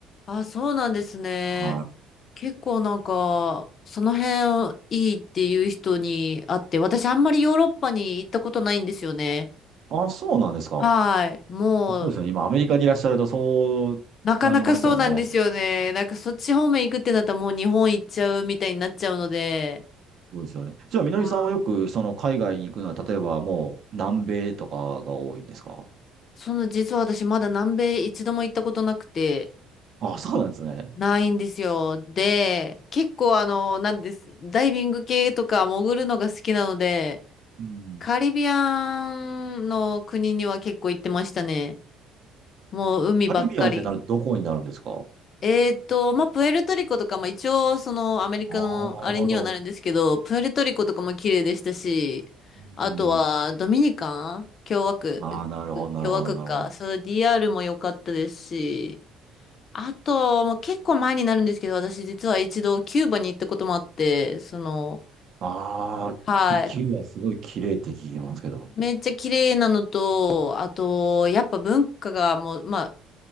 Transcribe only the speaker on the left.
あ、そうなんですね。
結構なんか、その辺をいいっていう人に会って、私あんまりヨーロッパに行ったことないんですよね。
はい。もう、
なかなかそうなんですよね。なんかそっち方面行くってなったらもう日本行っちゃうみたいになっちゃうので、
あー
その実は私まだ南米一度も行ったことなくて、
ないんですよ。で、結構あの、なんです、ダイビング系とか潜るのが好きなので、
カリビアンの国には結構行ってましたね。もう海ばっかり。
えーと、まあ、プエルトリコとか、まあ、一応そのアメリカのあれにはなるんですけど、
プエルトリコとかも綺麗でしたし、
あとはドミニカン共和国、
共和国か、
そう、DR も良かったですし、あと、もう結構前になるんですけど、私実は一度キューバに行ったこともあって、その、
はい。
めっちゃ綺麗なのと、あと、やっぱ文化がもう、まあ、